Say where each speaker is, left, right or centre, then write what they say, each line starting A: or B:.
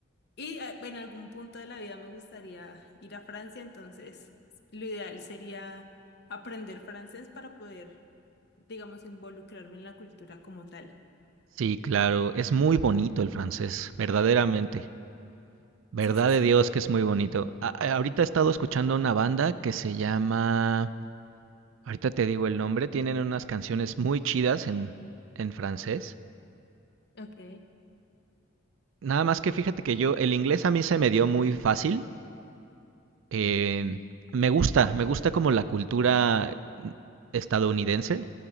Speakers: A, on the left; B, on the right.
A: Y eh, en algún punto de la vida me gustaría ir a Francia, entonces lo ideal sería aprender francés para poder, digamos, involucrarme en la cultura como tal.
B: Sí, claro, es muy bonito el francés, verdaderamente. Verdad
A: Sí, sí, sí.
B: de Dios que es muy bonito. A- a- ahorita he estado escuchando una banda que se llama, ahorita te digo el nombre, tienen unas canciones muy chidas en, en francés.
A: Ok,
B: Nada más que fíjate que yo, el inglés a mí se me dio muy fácil. eh, me gusta, me gusta como la cultura mm, estadounidense.